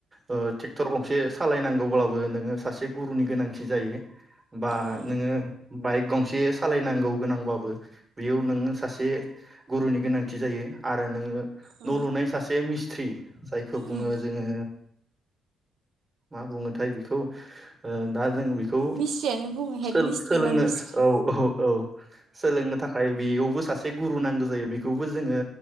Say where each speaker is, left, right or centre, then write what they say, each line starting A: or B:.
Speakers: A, on the right (about 20°); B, on the right (about 75°).
A: ओ ट्रेक्टर गंसे सालायनांगौब्लाबो नोङो सासे गुरुनि गोनांथि जायो। बा
B: औ
A: नोङो बाइक गंसे सालायनांगौ गोनांबाबो बेयाव नोङो सासे गुरुनि गोनांथि जायो आरो नोङो
B: औ
A: न' लुनाय सासे मिस <unintelligible> जायखौ बुङो
B: उम
A: जोङो मा बुङोथाय बिखौ ओ दा जों बि खौ
B: मिस्ट्रियानो बुङो
A: फिसोल
B: हेड मिस्ट्रि
A: होलोंनो
B: बा मिस्ट्रि
A: औ औ औ सोलोंनो थाखाय बेयावबो सास से गुरु नानद' जायो बेखौबो जोङो